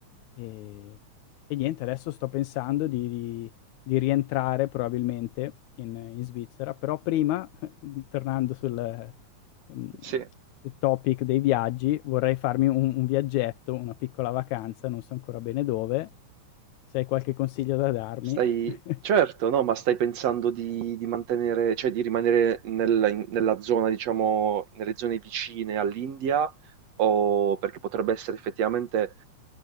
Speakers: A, on the left; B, on the right.
A: Ehm, e niente, adesso sto pensando di di di rientrare probabilmente in in Svizzera, però prima, <laughs> tornando sul, mhmm,
B: Sì.
A: topic dei viaggi, vorrei farmi un un viaggetto, una piccola vacanza, non so ancora bene dove. Se hai qualche consiglio da darmi.
B: Stai
A: <laughs>
B: certo, no, ma stai pensando di di mantenere cioè di rimanere nel in nella zona, diciamo nelle zone vicine all'India o perché potrebbe essere effettivamente,